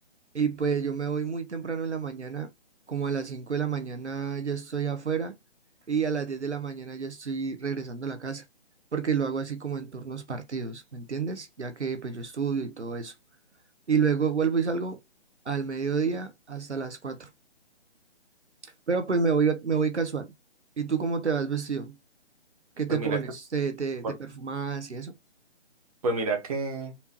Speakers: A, on the right; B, on the right.
A: y pues yo me voy muy temprano en la mañana, como a las 5 de la mañana ya estoy afuera y a las 10 de la mañana ya estoy regresando a la casa, porque lo hago así como en turnos partidos, ¿me entiendes? Ya que pues yo estudio y todo eso. y luego vuelvo y salgo al mediodía hasta las cuatro Pero pues me voy, me voy casual. ¿Y tú cómo te vas vestido? ¿Qué te
B: Pues mira
A: pones?
B: que,
A: ¿Te, te,
B: por-
A: te perfumas y eso?
B: pues mira que